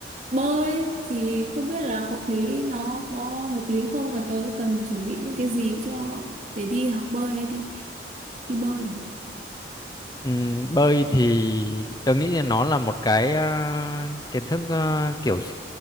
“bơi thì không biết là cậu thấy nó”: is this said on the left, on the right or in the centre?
Right